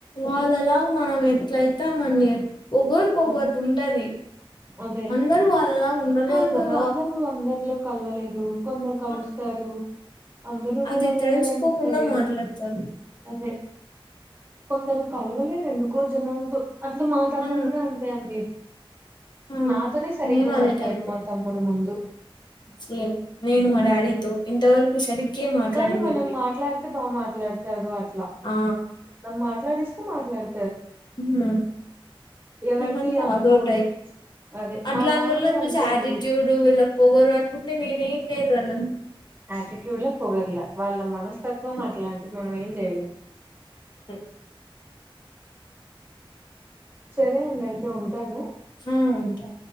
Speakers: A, on the left; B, on the right.
A: వాళ్ళలా మనం ఎట్లైతామండీ ఒక్కోర్కొక్కోట్
B: హ్మ్
A: ఉంటది
B: అదే
A: అందరూ వాళ్ళలా ఉండలేరు
B: కొందరు
A: కదా
B: అందరు అందర్లో కల్వలేరు కొందర్ కలుస్తరు.
A: ఆ
B: అందరూ ఒకేలా
A: అది
B: గుండాలనుకుంటలేరు
A: తెలుసుకోకుండా మాట్లాడతారు
B: అదే కొందరు కలవలేరు ఎందుకో జనాల్తో అట్ల మా తమ్ముడు
A: ఆ
B: గుడా అంతే అండి.
A: ఆ
B: నాతోనే సరిగ్గ
A: నేను
B: మాట్లాడ్
A: అదే టైపే
B: మా తమ్ముడు ముందు
A: సేమ్ నేను మా డాడీతో ఇంతవరకు సరిగ్గే మాట్లాడింది
B: కానీ మనం
A: లేదు
B: మాట్లాడ్తే బాగా మాట్లాడతాడు అట్ల
A: ఆ
B: మనం మాట్లాడిస్తే మాట్లాడు
A: ఉమ్
B: ఎవరిది
A: మిమంతా
B: అనుకోరు
A: అదో టైప్
B: అదే
A: అట్లాంటోళ్ళని
B: మా నాన్న కూడా
A: చూసి
B: అంతే
A: యాటిట్యూడ్
B: అండి
A: వీళ్ళక్ పోగరు అనుకుంటే నేనెం చేనొళ్ళం
B: యటిట్యూడ్ ల పొగర్ల వాళ్ళ మనస్తత్వం అట్లాంటిది మనం ఏం చేయలేం
A: ఓ
B: సరే అండి అయితే ఉంటాను
A: ఆ ఉంటా